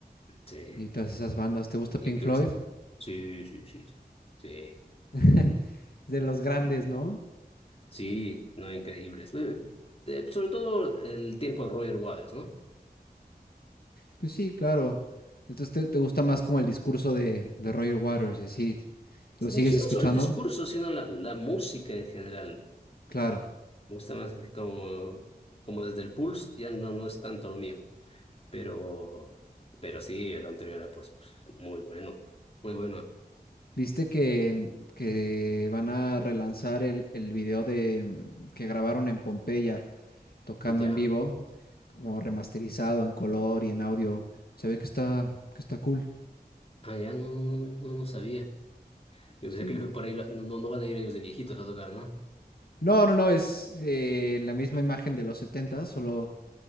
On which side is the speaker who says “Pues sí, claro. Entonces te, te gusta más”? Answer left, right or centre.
Left